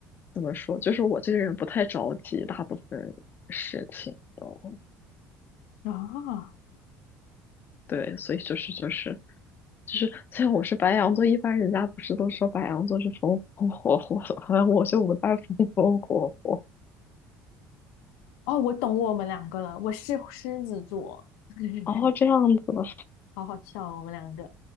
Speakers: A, on the left; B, on the left.
A: 怎么说，就是我这个人不太着急大部分事情都，
B: 啊，
A: 对，所以就是就是就是，虽然我是白羊座，一般人家不是都说白羊座是风风火火的，好像我就不太风风火火。
B: 哦，我懂我们两个了，我是狮子座，<laughs>
A: 哦，这样子，的，
B: 好好笑哦，我们两个，